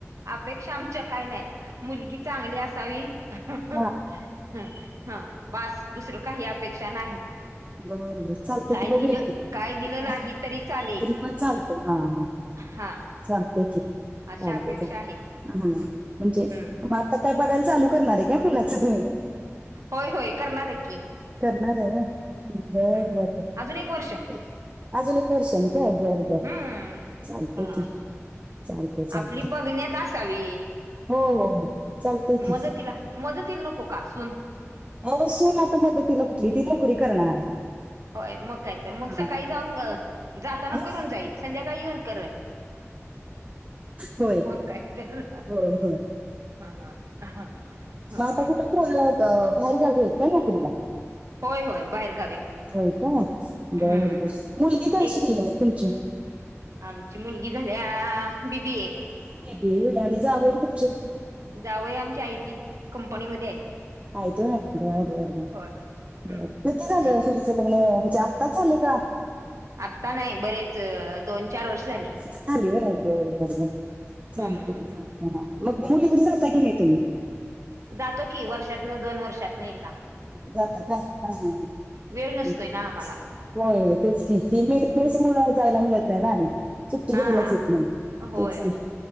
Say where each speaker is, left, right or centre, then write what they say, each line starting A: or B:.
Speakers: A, on the right (about 80°); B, on the right (about 25°).
A: अपेक्षा आमच्या काय नाहीत. मुलगी चांगली असावी हम्म,
B: हा
A: हा बास दुसरं काही अपेक्षा नाही.
B: बर बर चालतंय
A: काय
B: की बघूया
A: दिल,
B: की
A: काय दिलं नाही,
B: हा,
A: तरी चालेल.
B: तरी पण चालतंय हा हा
A: हा.
B: चालतंय की, चालतंय-चालतंय
A: अशा अपेक्षा आहेत
B: हा
A: हम्म
B: म्हणजे
A: हम्म
B: आता काय बघायला चालू करणार आहे काय मुलाचं तुम्ही?
A: होय-होय करणार आहे की.
B: करणार आहे होय बरं
A: हम्म
B: बरं
A: अजून एक वर्ष
B: चांग अजून एक वर्षांनी काय बरं बरं
A: हम्म
B: चालतंय
A: हा
B: की. चालतंय, चालतंय,
A: आपली बघण्यात असावी
B: हो, हो, हो. चालतंय की
A: मदतीला मदतीला नको का सून.
B: मग सून आता मदतीला कुठली ती नोकरी करणार.
A: होय मग काय तर मग
B: हा,
A: सकाळी जाऊन जाताना
B: हा. हं?
A: करून जाई संध्याकाळी येऊन कर.
B: होय,
A: काय तर
B: होय, हो.
A: हा हम्म
B: मग आता कुठं पोर बाहेर गावी आहेत का? नोकरीला
A: होय होय बाहेर गावी
B: होय काय बर
A: हम्म
B: बर मुलगी काय?
A: एक
B: शिकली म तुमची.
A: आमची मुलगी झाल्या बी, बी आहे
B: बी, बी होई आणि जावय तुमचे.
A: जावंय आमच्या आयटी कंपनीमध्ये आहे.
B: माहीत होय बरं, बरं, बर,
A: हम्म
B: बर, कधी झालं
A: हम्म
B: मुलीचं तीचं लग्न म्हणजे आत्ताच झालं का?
A: आत्ता नाही बरेच दोन चार वर्ष झाली.
B: चाले बाय बरं, बर, बर चालते
A: हम्म
B: की चालते हा मग मुलीकड जाता की नाही तुम्ही.
A: जातो की वर्षातन दोन वर्षातन एकदा.
B: जात का? हा हा ह.
A: वेळ नसतोय ना आम्हाला
B: होय होय तेच की ही मे पेस मुळ जायला मिळत आहे ना आणि. सुट्टी
A: हा
B: घ्यायलाच येत नाही
A: होय
B: तेच की.